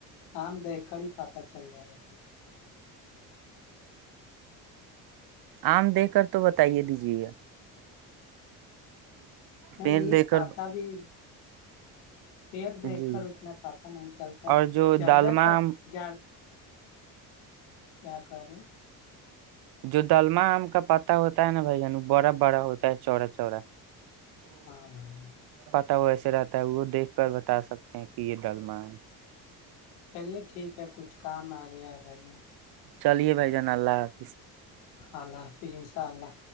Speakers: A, on the left; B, on the right.
A: آم دیک کر ہی پتا چل جائے گا کیا ج
B: آم دے کر تو بتائیے دیجے گ
A: نہیں
B: پیڑ دیکھ
A: پاتا
B: کر
A: بھی پیر دیکھ
B: جی
A: کر اتنا پا نہیں چلتا ہے
B: اور جو
A: زیادہ
B: دالما
A: کا
B: آم
A: ج کیا کرے
B: جو دلما آم کا پتا ہوتا ہے نا بھائی ج وہ بڑا بڑا ہوتا ہے چوڑا چوڑا
A: ہاں بھائی
B: وسے رہتا ہے وہ دیکھ کر بتا سکتے ہیں کہ یہ دللمال
A: چلیے ٹھیک ہے کچھ کام آ گیا ہے بھائی یہان
B: چلیے بھائی جان اللہ ح
A: اللہ حافظسا اللہ